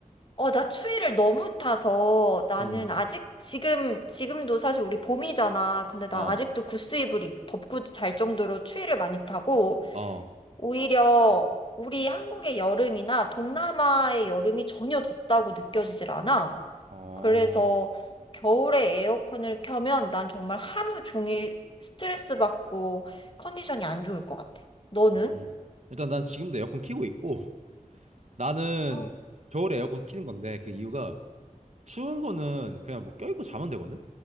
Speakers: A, on the left; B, on the right.
A: 어, 나 추위를 너무 타서 나는
B: 음,
A: 아직 지금, 지금도 사실 우리 봄이잖아. 근데 난
B: 어,
A: 아직도 구스 이불 입- 덮고 잘 정도로 추위를 많이 타고,
B: 어,
A: 오히려 우리 한국의 여름이나 동남아의 여름이 전혀 덥다고 느껴지질 않아.
B: 어.
A: 그래서 겨울에 에어컨을 켜면 난 정말 하루 종일 스트레스 받고 컨디션이 안 좋을 것 같아. 너는?
B: 음. 일단 난 지금도 에어컨 키고 있고 <laughs> 나는
A: 어.
B: 겨울에 에어컨 키는 건데 그 이유가 추운 거는 그냥 뭐 껴입고 자면 되거든.